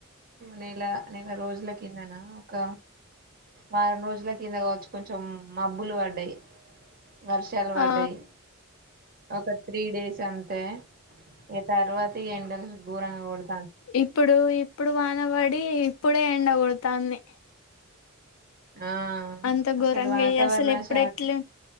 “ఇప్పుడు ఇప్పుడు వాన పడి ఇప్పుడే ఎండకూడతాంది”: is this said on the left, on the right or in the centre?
Left